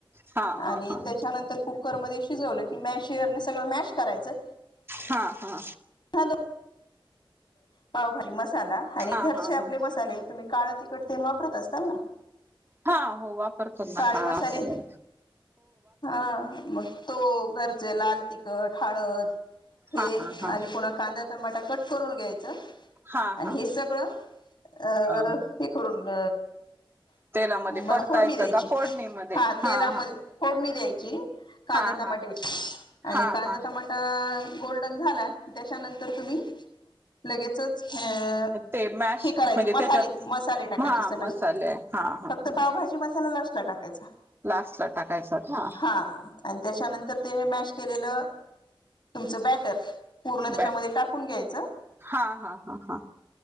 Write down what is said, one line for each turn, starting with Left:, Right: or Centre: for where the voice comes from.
Right: हा हा
Left: आणि
Right: हा
Left: त्यानंतर कुकर मध्ये शिजवलं, की मॅशअर ने सगळं मॅश करायचं
Right: हा हा..
Left: पुन्हा पावभाजी मसाला, आणि
Right: हा
Left: घरचे आपले
Right: हा
Left: मसाले, तुम्ही काळ तिकट ते न वापरत असाल ना?
Right: हा हो वापर तो
Left: काळे
Right: ना, काळा,
Left: मसाले
Right: असं ब
Left: हा. मग तो घर ते लाल तीखट, हळद, हे
Right: हा हा हा
Left: पु्हा कांदा टमाटर करून घ्यायचं
Right: हा
Left: आणि
Right: हा
Left: हे सगळं अं
Right: अ
Left: हे करून
Right: तेलामध्ये
Left: म
Right: परतायचं
Left: फोडणी द्यायची
Right: का फोडणीमध्ये
Left: हा तेलामध्ये
Right: हा
Left: फोडणी द्यायची कांदा
Right: हा
Left: टमाटा
Right: हा
Left: आणि
Right: हा
Left: कांदा
Right: हा
Left: टमाटा गोल्डन झाला की त्याच्यानंतर तुम्ही लगेचच अ
Right: ते मॅश
Left: हे करायचं
Right: म्हणजे
Left: मसाले
Right: त्याच्यात
Left: मसाले टाकायचे
Right: हा
Left: सगळे
Right: मसाले हा हा
Left: फक्त पावभाी मसाला ला असटला टाकायचा
Right: लास्ट ला टाकायचा का
Left: हा त्याच्यानंतर ते म केलेलं तुमचं बॅटर पूर्ण त्याच्यामध्ये
Right: बॅट
Left: टाकून घ्यायचं
Right: हा हा हा हा